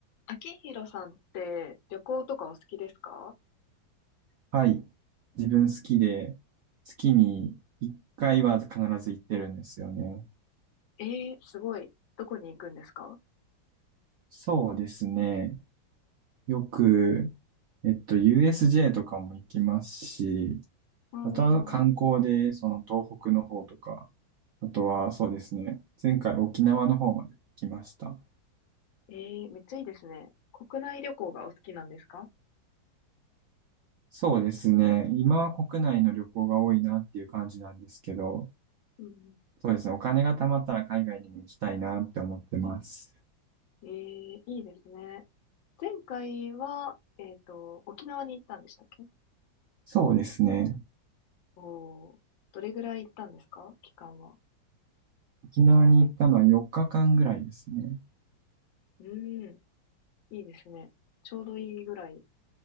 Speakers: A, on the left (about 75°); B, on the right (about 75°).
A: 秋広さんって旅行とかお好きですか
B: はい。自分好きで、月に1回は必ず行ってるんですよね。
A: えー、すごい。どこに行くんですか
B: そうですね。よく、えっと、USJ とかも行きますし、
A: うーん。
B: あとは観光で、その東北の方とか、あとはそうですね。前回沖縄の方まで行きました。
A: えー、めっちゃいいですね。国内旅行がお好きなんですか
B: そうですね。今は国内の旅行が多いなっていう感じなんですけど、
A: うん。
B: そうですね。お金が貯まったら海外にも行きたいなって思ってます。
A: えー、いいですね。前回は、えっと、沖縄に行ったんでしたっけ
B: そうですね。
A: おー、どれぐらい行ったんですか期間は。
B: 沖縄に行ったのは4日間ぐらいですね。
A: うーん、いいですね。ちょうどいいぐらい